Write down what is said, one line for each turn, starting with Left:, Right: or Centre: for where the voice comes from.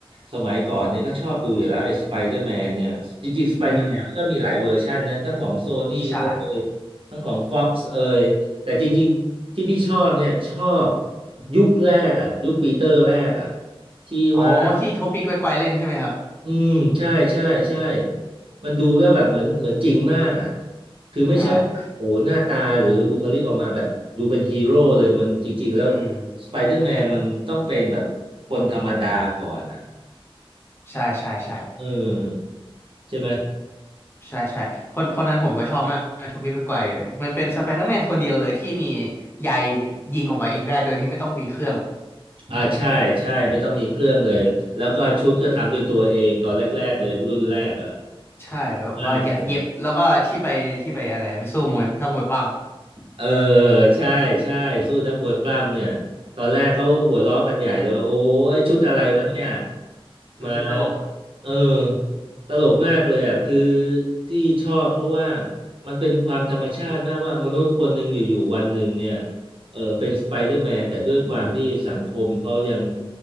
Right: สมัยก่อนเนี่ยก็ชอบดูอยู่แล้วไอ้สไปเดอร์แมนเนี่ยจริงๆสไปเดอร์แมนมันก็มีหลายเวอร์ชันนะทั้งของโซนี่เอ่ย
Left: อืมใช่
Right: ทั้งของฟ็อกซ์เอ่ยแต่จริงๆที่พี่ชอบเนี่ยชอบยุคแรกอะยุคปีเตอร์แรกอะที่ว่า
Left: อ๋อที่โทปิกไวไกวเล่นใช่ไหมครับ
Right: อืมใช่ใช่ใช่มันดูแล้วแบบเหมือนเหมือนจริงมากอ่ะคือไม่ใช่ว่าโอ้หน้าตาหรือบุคลิกออกมาแบบดูเป็นฮีโร่เลยมันจริงๆแล้ว
Left: ใช่อืม
Right: สไปเดอร์แมนมันต้องเป็นแบบคนธรรมดาก่อนอ่ะ
Left: ใช่ใช่ใช่
Right: เออใช่ไหม
Left: ใช่ใช่คนคนนั้นผมก็ชอบมากโทบี้ไปไกวร์มันเป็นสไปเดอร์แมนคนเดียวเลยที่มีใยยิงออกมาเองได้โดยที่ไม่ต้องมีเครื่อง
Right: อ่าใช่ใช่ไม่ต้องมีเครื่องเลยแล้วก็ชุดก็ทำด้วยตัวเองตอนแรกๆเลยรุ่นแรกอ่ะ
Left: ใช่แบบว่าเยเย็บแล้วก็ที่ไปที่ไปอะไรไปสู้มวยนักมวยปั้ม
Right: มากเลยเออใช่ใช่สู้นักมวยปล้ำเนี่ยตอนแรกเขาหัวเราะกันใหญ่เลยว่าโอ้ไอ้ชุดอะไรวะเนี่ย
Left: ันชื่อตลกอ่ะ
Right: มา เออ
Left: อืม
Right: ตลกมากเลยอ่ะ คือที่ชอบเพราะว่ามันเป็นความธรรมชาติมากว่ามนุษย์คนหนึ่งอยู่ๆวันหนึ่งเนี่ยเออเป็นสไปเดอร์แมนแต่ด้วยความที่สังคมเขายัง